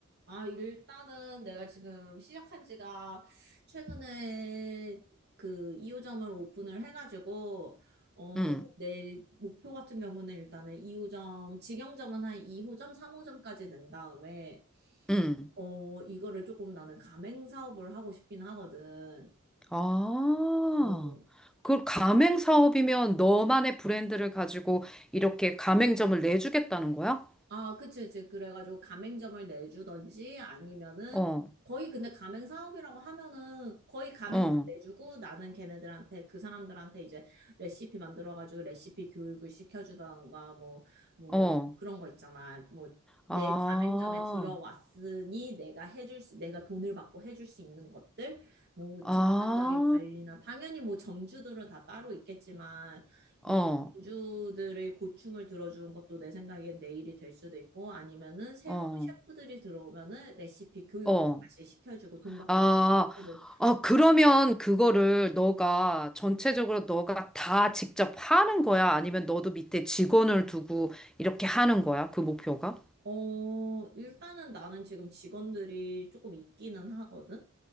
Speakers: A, on the right (about 50°); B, in the centre.
A: 아, 일단은 내가 지금 시작한 지가 최근에 그 2호점을 오픈을 해가지고, 어,
B: 응,
A: 내 목표 같은 경우는 일단은 2호점, 직영점은 한 2호점, 3호점까지 낸 다음에,
B: 응.
A: 어, 이거를 조금 나는 가맹 사업을 하고 싶긴 하거든.
B: 아,
A: 어,
B: 그 가맹 사업이면 너만의 브랜드를 가지고 이렇게 가맹점을 내주겠다는 거야?
A: 아, 그치, 그치. 그래가지고 가맹점을 내주던지 아니면은
B: 어,
A: 거의 근데 가맹 사업이라고 하면은 거의 가맹점
B: 어,
A: 내주고 나는 걔네들한테 그 사람들한테 이제 레시피 만들어가지고 레시피 교육을 시켜주던가 뭐, 뭐
B: 어.
A: 그런 거 있잖아. 뭐 내
B: 아,
A: 가맹점에 들어왔으니 내가 해줄 수, 내가 돈을 받고 해줄 수 있는 것들, 뭐
B: 아,
A: 전반적인 관리나 당연히 뭐 점주들은 다 따로 있겠지만 이
B: 어,
A: 주들의 고충을 들어주는 것도 내 생각엔 내일이 될 수도 있고 아니면은 새로운
B: 어,
A: 셰프들이 들어오면은 레시피 교육
B: 어.
A: 다시 시켜주고 돈 받고서
B: 아,
A: 다시 시켜주고
B: 아, 그러면 그거를 너가 전체적으로 너가 다 직접 하는 거야? 아니면 너도 밑에 직원을 두고 이렇게 하는 거야? 그 목표가?
A: 어 일단은 나는 지금 직원들이 조금 있기는 하거든